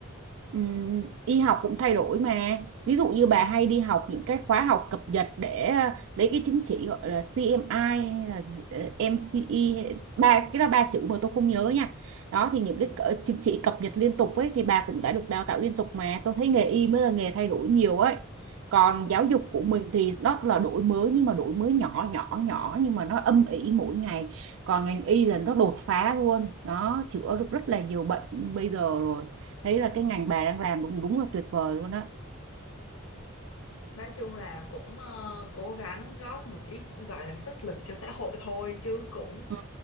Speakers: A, on the right; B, on the left.
A: Ừm, y học cũng thay đổi mà ví dụ như bà hay đi học những cái khóa học cập nhật để ờ, lấy cái chứng chỉ gọi là CMI hay là ờ, MCE hay- ba cái là ba chữ mà tôi không nhớ nha đó thì những
B: Ừ.
A: cái cỡ- chứng chỉ cập nhật liên tục ấy thì bà cũng đã được đào tạo liên tục mà tôi thấy nghề y mới là nghề thay đổi nhiều ấy còn
B: Ừ.
A: giáo dục của mình thì nó là đổi mới nhưng mà đổi mới nhỏ nhỏ nhỏ nhưng mà nó âm ỉ mỗi ngày còn ngành y là nó đột phá luôn nó chữa được rất là nhiều bệnh bây giờ rồi thấy là cái ngành bà đang làm đúng đúng là tuyệt vời luôn á
B: Nói chung là cũng ờ, cố gắng góp một ít gọi là sức lực cho xã hội thôi chứ cũng
A: ừ